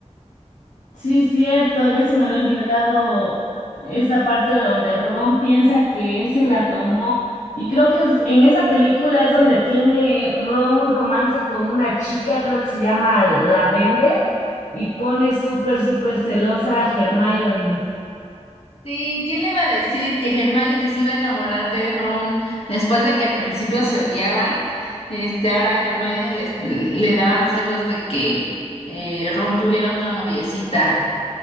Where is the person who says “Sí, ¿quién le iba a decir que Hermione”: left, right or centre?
Left